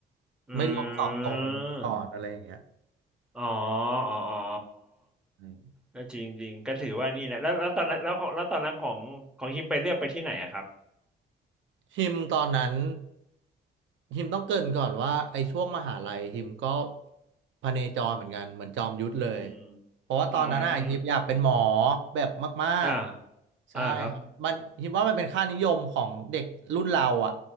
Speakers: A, in the centre; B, on the right (about 70°).
A: อืม
B: ไม่รวมสอบตรงก่อนอะไรอย่างเงี้ย
A: อ๋ออ๋ออ๋อ
B: อืม
A: ก็จริงจริงก็ถือว่านี่แหละแล้วแล้วตอนนั้นแล้วของแล้วตอนนั้นของของฮิมไปเลือกไปที่ไหนอะครับ
B: ฮิมตอนนั้นฮิมต้องเกริ่นก่อนว่าไอ้ช่วงมหาลัยฮิมก็พเนจรเหมือนกันเหมือนจอมยุทธเลย
A: อืม
B: เพราะว่าตอนนั้นอ่ะฮิมอยากเป็นหมอ
A: อืม
B: แบบมากๆ
A: อ่า
B: ใช่ครับมันฮิมว่ามันเป็นค่านิยมของเด็กรุ่นเราอ่ะ
A: อ่าครับ